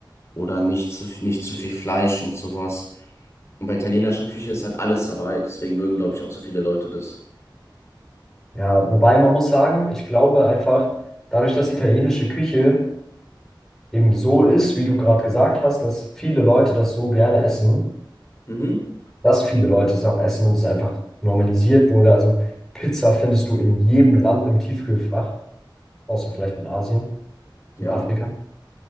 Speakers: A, on the left (about 35°); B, in the centre.
A: oder nicht zu, nicht zu viel Fleisch und sowas. Und bei italienischer Küche ist halt alles dabei. Deswegen mögen, glaube ich, auch so viele Leute das.
B: ja, wobei man muss sagen, ich glaube einfach, dadurch, dass italienische Küche eben so ist, wie du gerade gesagt hast, dass viele Leute das so gerne essen,
A: Mhm.
B: dass viele Leute es auch essen und es einfach normalisiert wurde. Also Pizza findest du in jedem Land im Tiefkühlfach, außer vielleicht in Asien
A: Ja.
B: und Afrika.